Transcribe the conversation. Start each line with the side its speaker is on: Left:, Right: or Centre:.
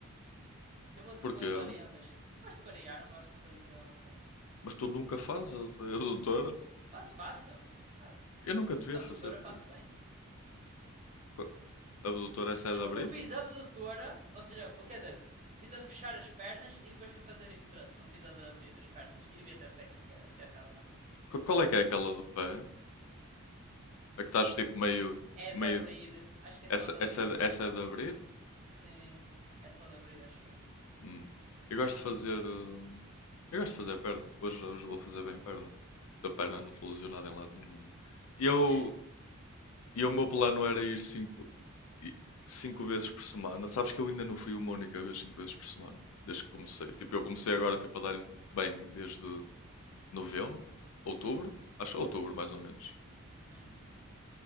Right: Eu vou,
Left: Porquê?
Right: eu vou variando, acho. Gosto de variar, não gosto de fazer sempre a mesma coisa.
Left: Mas tu nunca fazes a adutora e abdutora?
Right: Faço, faço. Faço, faço.
Left: Eu nunca devia
Right: Abdutora
Left: vi a fazer.
Right: faço
Left: Pedro.
Right: bem.
Left: Qu- Abdutora, essa
Right: Desculpa,
Left: é de abrir?
Right: eu fiz abdutora, ou seja, o- quer dizer, fiz a de fechar as pernas e depois fui fazer hip thrust. Não fiz a de abrir as pernas. E devia ter feito, que era, já estava na máquina.
Left: Qu- Qual é que é aquela do pé? A que estás tipo meio,
Right: É de
Left: meio.
Right: abrir. Acho que é só
Left: Essa,
Right: de abrir.
Left: essa, é de- essa é de abrir?
Right: Sim. É só de abrir, acho eu.
Left: Hum. Eu gosto de fazer. hum, Eu gosto de fazer perna. Hoje, hoje vou fazer bem perna. Porque da perna não estou lesionado em lado nenhum. né? E eu,
Right: É.
Left: e o meu plano era ir 5 cinco vezes por semana. Sabes que eu ainda não fui uma única vez 5 vezes por semana. Desde que comecei. Tipo, eu comecei agora tipo, a dar-lhe bem desde novembro, outubro. Acho outubro mais ou menos.
Right: Uhum.